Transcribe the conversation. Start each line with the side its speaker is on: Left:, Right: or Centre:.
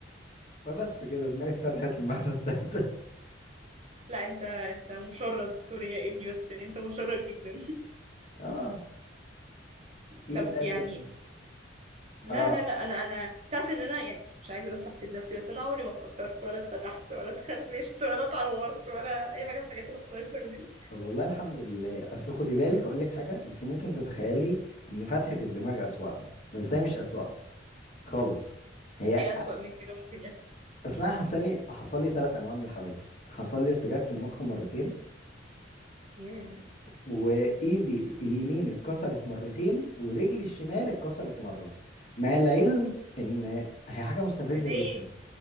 Left: فبس كده دماغي اتفتحت المرة التالتة
Right: لا انت انت مشرد سوري يا ابني بس انت مشرد جدا
Left: <laughs> اه
Right: <laughs>
Left: ايه
Right: طب
Left: بقى
Right: يعني
Left: تاني
Right: لا
Left: اه
Right: لا لا انا انا تعرف ان انا يعني مش عايزه بس احسد نفسي بس انا عمري ما اتكسرت ولا اتفتحت ولا اتخربشت ولا اتعورت ولا اي حاجه من الحاجات اللي حصلت لك دي
Left: طب والله الحمد لله اصل خدي بالك اقول لك حاجه انت ممكن تتخيلي ان فتحه الدماغ اسواقهم بس هي مش اسواقهم خالص هي
Right: ايه اسوأ من كده ممكن يحصل
Left: اصلا حصل لي حصل لي ثلاث انواع من الحوادث حصل لي ارتجاج في المخ مرتين
Right: ياه
Left: وايدي اليمين اتكسرت مرتين ورجلي الشمال اتكسرت مره مع العلم ان هي حاجه مستفزه
Right: ان
Left: جدا
Right: ايه